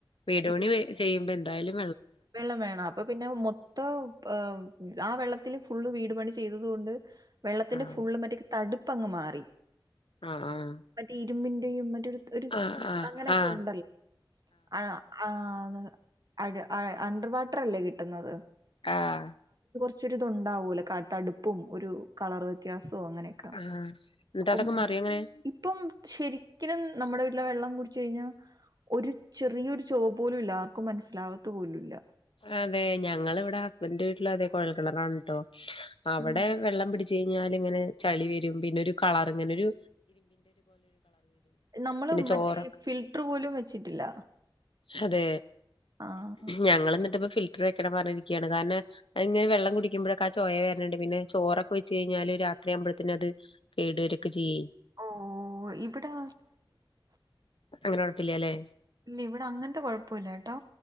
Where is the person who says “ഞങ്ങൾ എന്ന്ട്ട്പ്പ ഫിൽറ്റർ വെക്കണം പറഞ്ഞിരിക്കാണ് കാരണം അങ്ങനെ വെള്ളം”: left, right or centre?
Left